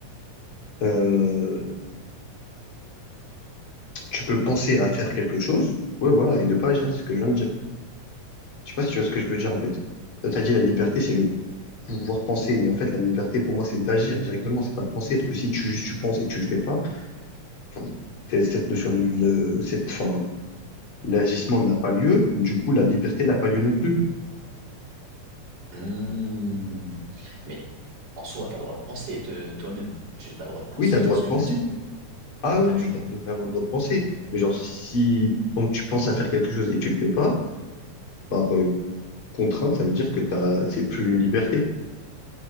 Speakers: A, on the left (about 45°); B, on the right (about 80°).
A: euh, tu peux penser à faire quelque chose. Ouais, voilà, et ne pas agir, c'est ce que je viens de dire. Je sais pas si tu vois ce que je veux dire, en fait. Toi, t'as dit la liberté, c'est le pouvoir penser, mais en fait, la liberté, pour moi, c'est d'agir directement, c'est pas de penser. Parce que si tu, si tu penses et tu le fais pas, Enfin, t'es- cette notion de, le- cette, enfin, l'agissement n'a pas lieu, du coup, la liberté n'a pas lieu non plus.
B: Hmm. Mais en soi, t'as le droit de penser te- toi-même. Tu as le droit de penser,
A: Oui, t'as
B: tu
A: le droit
B: vois ce que
A: de penser.
B: je veux dire?
A: Ah
B: Bah
A: oui,
B: du
A: oui,
B: coup.
A: t'as totalement le droit de penser. Mais genre, si, donc tu penses à faire quelque chose et tu le fais pas, par euh, contrainte, ça veut dire que t'as, c'est plus une liberté.